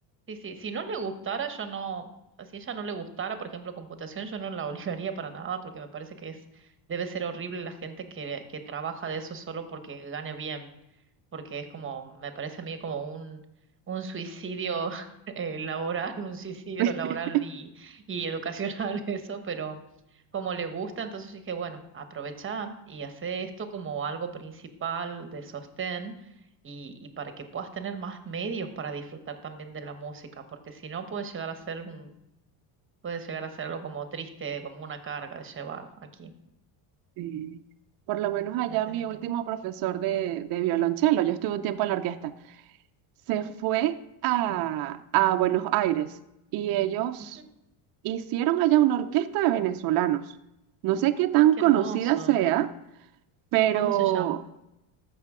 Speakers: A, on the right; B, on the right.
A: Sí, sí, si no le gustara, yo no, si ella no le gustara, por ejemplo, computación, yo no la <laughs> obligaría para nada, porque me parece que es, debe ser horrible la gente que, que trabaja de eso solo porque gane bien porque es como, me parece a mí como un, un suicidio <laughs> eh, laboral, un suicidio
B: <laughs>
A: laboral y, y educacional <laughs> eso, pero como le gusta, entonces dije, bueno, aprovecha y hace esto como algo principal de sostén y, y para que puedas tener más medios para disfrutar también de la música, porque si no puede llegar a ser un, puede llegar a ser algo como triste, como una carga de llevar aquí.
B: Sí. Por lo menos allá
A: Ese
B: mi
A: es el
B: último
A: tema.
B: profesor de, de violonchelo, yo estuve un tiempo en la orquesta, se fue
A: Mm,
B: a, a Buenos Aires y ellos
A: ujú.
B: hicieron allá una orquesta de venezolanos. No sé qué tan
A: Ay, qué
B: conocida
A: hermoso.
B: sea, pero
A: ¿Cómo se llama?